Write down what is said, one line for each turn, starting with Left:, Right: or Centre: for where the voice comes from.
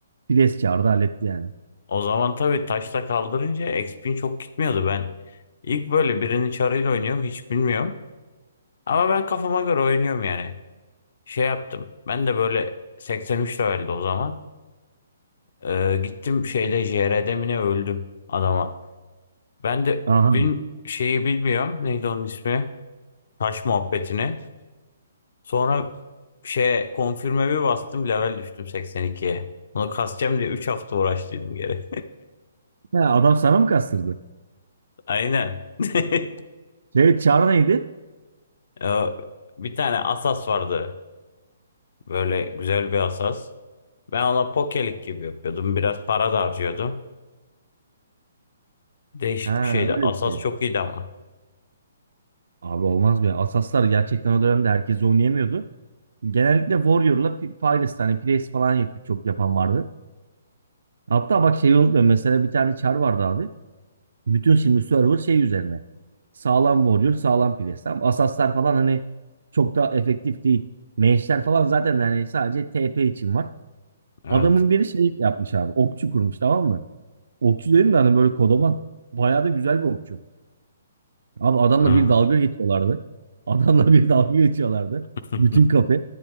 Right: pres çağırdı halletti yani.
Left: o zaman tabii taşla kaldırınca exp'in çok gitmiyordu. Ben ilk böyle birinin çarıyla oynuyorum. Hiç bilmiyorum. Ama ben kafama göre oynuyorum yani. Şey yaptım. Ben de böyle 83 leveldi o zaman. Ee, gittim şeyle JR'de mi ne öldüm adama. Ben de
Right: Aha.
Left: bil, şeyi bilmiyorum. Neydi onun ismi? Taş muhabbetini. Sonra şey konfirme bir bastım level düştüm 82'ye. Onu kasacağım diye 3 hafta uğraştıydım geri.
Right: Ha, adam sana mı kastırdı?
Left: <laughs> Aynen. <laughs>
Right: Şey çağrı neydi?
Left: Ya, Bir tane asas vardı. Böyle güzel bir asas. Ben ona pokelik gibi yapıyordum. Biraz para da harcıyordum. Değişik
Right: Ha
Left: bir şeydi. Asas
Right: öyle bir şey.
Left: çok iyiydi ama.
Right: Abi olmaz be. Asaslar gerçekten o dönemde herkes oynayamıyordu. Genellikle Warrior'la P- Pyrus hani Pires falan yapıp çok yapan vardı. Hatta bak şeyi unutmuyorum. Mesela bir tane Char vardı abi. Bütün şimdi server şey üzerine. Sağlam Warrior, sağlam Priest. Tamam. Asaslar falan hani çok da efektif değil. Mage'ler falan zaten hani sadece TP için var.
Left: Evet.
Right: Adamın biri şey yapmış abi. Okçu kurmuş tamam mı? Okçu dedim de hani böyle kodoman. Bayağı da güzel bir okçu. Abi adamla
Left: Hmm.
Right: bir dalga geçiyorlardı. Adamla bir dalga geçiyorlardı.
Left: <laughs>
Right: Bütün kafe.